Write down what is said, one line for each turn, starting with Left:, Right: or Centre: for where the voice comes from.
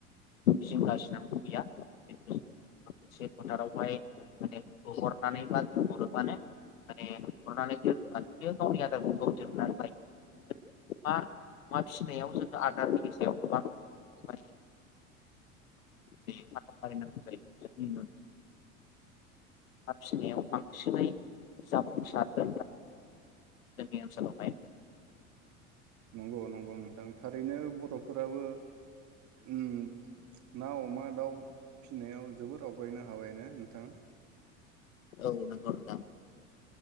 Left: जिंगासिनांगौ गैया मोनसे फोथारावहाय माने हरनानै बाहरोबानो माने हरनानै दोनोबा बियो गावनि आदारखौ गाव दिहरुननानैलायो मा मा फिसिनायाव जोंङो आदारनि सायाव गोबां माने जायो माथा मारिनांगौ जायो जोंनि हाबसिनायाव बांसिनै जाफुंसारगोन जोंनि ओनसोलावहाय
Right: नंगौ नंगौ नोंथां थारैनो बरफोराबो उम ना अमा दाउ फिसिनायाव जोबोर आवगायनो हाबायना नोंथां
Left: औ नोंगौ नोंथां